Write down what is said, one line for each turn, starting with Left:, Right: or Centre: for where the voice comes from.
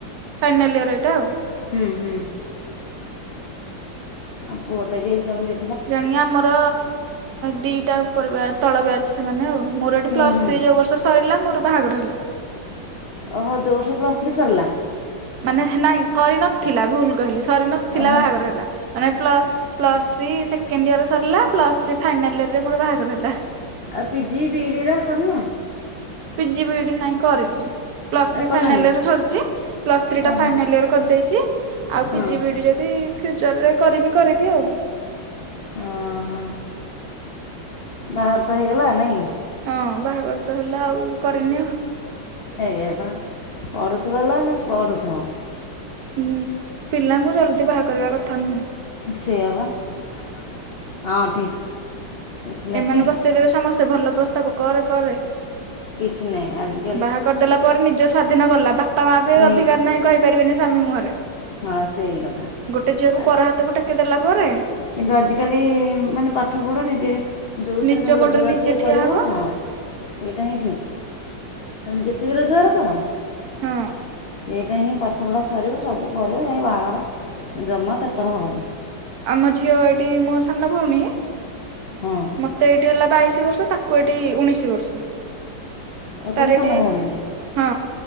Right: ଫାଇନାଲ୍ ଇୟର ଏଟା ଆଉ
Left: ହୁଁ ହୁଁ। ଆଉ ପୁଅତ ଆଜି ଏକ୍ସାମ୍ ଦେ
Right: ଜାଣିକି ଆମର ଦିଟା ଉପର ବ୍ୟା, ତଳ ବ୍ୟାଚ ସେ ମାନେ ଆଉ ମୋର ଏଠି
Left: ହୁଁ
Right: ପ୍ଲସ୍
Left: ହୁଁ
Right: ଥ୍ରୀ ଯୋଉ ବର୍ଷ ସରିଲା ମୋର ବାହାଘର ହେଲା।
Left: ଓହୋ ଯୋଉ ବର୍ଷ ପ୍ଲସ୍ ଥ୍ରୀ ସରିଲା
Right: ମାନେ ନାଇଁ ସରି ନଥିଲା, ଭୁଲ କହିଲି ସରି ନଥିଲା
Left: ଓହୋ
Right: ବାହାଘର ହେଲା। ମାନେ ପ୍ଲ ପ୍ଲସ୍ ଥ୍ରୀ ସେକେଣ୍ଡ ଇୟର ସରିଲା, ପ୍ଲସ୍ ଥ୍ରୀ ଫାଇନାଲ୍ ଇୟରରେ ମୋର ବାହାଘର ହେଲା।
Left: ଆଉ ପିଜି, ବିଇଡି ରେ କରିନ?
Right: ପିଜି, ବିଇଡି ନାଇଁ କରିନି। ପ୍ଲସ
Left: ଏରା
Right: ଥ୍ରୀ
Left: କଲନି
Right: ଫାଇନାଲ ଇୟର ସରିଚି, ପ୍ଲସ ଥ୍ରୀ ଟା
Left: ଓହୋ
Right: ଫାଇନାଲ ଇୟର କରିଦେଇଛି। ଆଉ
Left: ହଁ
Right: ପିଜି, ବିଇଡି ଯଦି ଫ୍ୟୁଚରରେ କରିବି କରିବି ଆଉ
Left: ହଁ ହଁ। ବାହାଘର ତ ହେଇଗଲା ନାଇଁ?
Right: ହଁ ବାହାଘର ତ ହେଲା ଆଉ କରିନି ଆଉ।
Left: ଏଇଆ ପା ପଢୁଥିବନା ନାଁ ପଢୁଥିବ।
Right: ହଁ, ପିଲାଙ୍କୁ ଜଲ୍ଦି ବାହା କରିବା କଥା ନୁହେଁ।
Left: ସେଇଆ ବା ହୁଁ ହୁଁ ହଁ ଠିକ୍। ସେଥିଲାଗି
Right: ଏମାନେ ବତେଇ ଦେବେ ସମସ୍ତେ ଭଲ ପ୍ରସ୍ତାବ କରେ କରେ।
Left: କିଛି ନାଇଁ ଆଜି
Right: ବାହା କରିଦେଲା ପରେ ନିଜ ସ୍ଵାଧୀନ ଗଲା, ବାପା ମା ବି
Left: ନି
Right: ଅଧିକାର ନାହିଁ। କହିପାରିବେନି ସ୍ୱାମୀ ମୁହଁରେ,
Left: ହଁ ସେଇ କଥା
Right: ଗୋଟେ ଝିଅକୁ
Left: ଆ
Right: ପର ହାତକୁ ଟେକି ଦେଲା ପରେ।
Left: କିନ୍ତୁ ଆଜିକାଲି ମାନେ ପାଠ ପଢ଼ ନିଜେ ଯୋଉଁଥିରେ
Right: ନିଜ
Left: ରୋଜଗାର
Right: ଗୋଡରେ ନିଜେ
Left: ଟିିକେ
Right: ଠିଆ
Left: କରିବ
Right: ହବ
Left: ହଁ। ସେଇଟା ହିଁ ଠିକ୍, ତମେ ଯେତିକି ରୋଜକାର କର
Right: ହଁ।
Left: ଏଇଟା ହିଁ ପାଠପଢ଼ା ସରିବ ସବୁ କରିବ ଯାଇଁ ବାହାଘର ଜମା ତରତର ହବନି।
Right: ଆମ ଝିଅ ଏଟି, ମୋ ସାନ ଭଉଣୀ
Left: ହଁ।
Right: ମତେ ଏଇଟି ହେଲା ବାଇଶି ବର୍ଷ, ତାକୁ ଏଇଟି ଉଣେଇଶି ବର୍ଷ।
Left: ଆଉ
Right: ତାର
Left: ତୁମ ସାନ
Right: ଏଠି
Left: ଭଉଣୀ କି
Right: ହଁ